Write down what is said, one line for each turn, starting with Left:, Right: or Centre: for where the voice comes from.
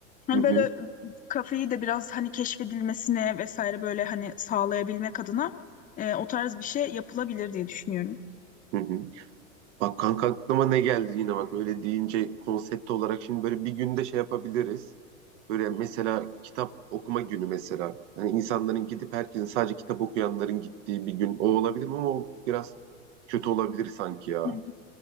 Left: Hani
Right: Hı hı,
Left: böyle kafeyi de biraz hani keşfedilmesine vesaire böyle hani sağlayabilmek adına e, o tarz bir şey yapılabilir diye düşünüyorum.
Right: hı hı. Bak kanka aklıma ne geldi yine bak öyle deyince konsept olarak şimdi böyle bir günde şey yapabiliriz. Böyle mesela kitap okuma günü mesela. Hani insanların gidip herkesin sadece kitap okuyanların gittiği bir gün o olabilir mi ama o biraz kötü olabilir sanki ya.
Left: Hı hı.